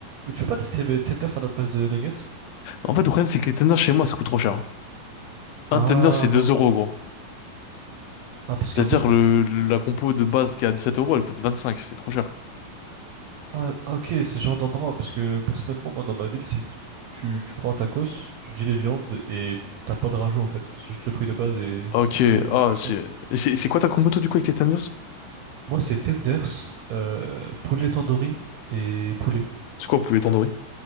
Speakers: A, on the right; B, on the left.
A: Mais tu veux pas tester mes tenders à la place de nuggets?
B: En fait, le problème, c'est que les tenders chez moi, ça coûte trop cher. Un
A: Ah,
B: tender, c'est 2 euros, gros.
A: Ah, parce
B: C'est-à-dire,
A: qu'en fait,
B: le, le- la compo de base qui est à sept euros, elle coûte vingt cinq c'est trop cher.
A: ah, ah, ok, c'est ce genre d'endroit. Parce que personnellement, moi, dans ma ville, c'est tu, tu prends un tacos, tu dis les viandes et t'as pas de rajout en fait. C'est juste le prix de base et
B: Ok,
A: quelques les viandes
B: ah,
A: que tu
B: c'est,
A: prends.
B: c'est c'est quoi ta compo, toi, du coup, avec les tenders?
A: Moi, c'est tenders, euh, poulet tandoori et poulet.
B: C'est quoi, poulet tandoori?